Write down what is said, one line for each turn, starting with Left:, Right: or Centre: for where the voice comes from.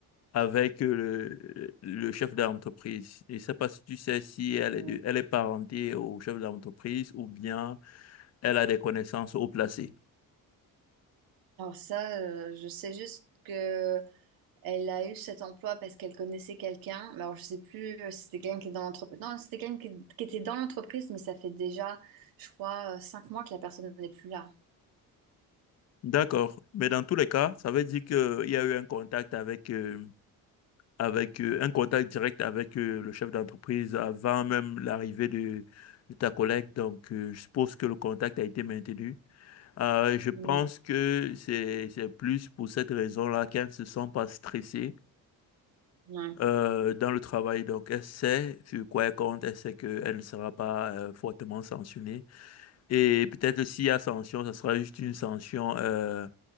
Left: avec euh, le, le chef d'entreprise. Et je sais pas si tu sais si elle est,
Right: Hum.
Left: de, elle est parentée au chef d'entreprise ou bien elle a des connaissances haut placées.
Right: Alors ça, euh, je sais juste que elle a eu cet emploi parce qu'elle connaissait quelqu'un. Mais Alors je sais plus euh, si c'était quelqu'un qui est dans l'entreprise. Non, si c'était quelqu'un qui, qui était dans l'entreprise, mais ça fait déjà, je crois, euh, cinq mois que la personne n'est plus là.
Left: D'accord. Mais dans tous les cas, ça veut dire qu'il y a eu un contact avec euh, avec euh, un contact direct avec euh, le chef d'entreprise avant même l'arrivée de, de ta collègue. Donc, euh, je suppose que le contact a été maintenu. Euh, je pense
Right: Hum.
Left: que c'est, c'est plus pour cette raison-là qu'elle ne se sent pas stressée
Right: Ouais.
Left: euh, dans le travail. Donc, elle sait sur quoi elle compte, elle sait qu'elle ne sera pas euh, fortement sanctionnée. Et peut-être s'il y a sanction, ce sera juste une sanction. euh,